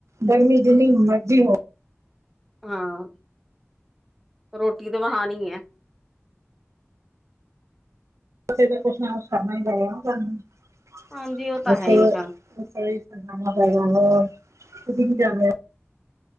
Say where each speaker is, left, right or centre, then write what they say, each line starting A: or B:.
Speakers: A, on the right; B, in the centre.
A: ਗਰਮੀ ਜਨੀ ਮਰਜ਼ੀ ਹੋ
B: ਹਾਂ ਰੋਟੀ ਤੇ ਬਣਾਣੀ ਹੈ
A: <unintelligible> ਕਰ ਮ ਬਾਇ <unintelligible>
B: ਹਾਂਜੀ ਉਹ ਤਾਂ ਹੈ ਹੀ ਚੱਲ
A: ਤੁਸੀਂ ਕੀ ਜਾ ਨੂੰ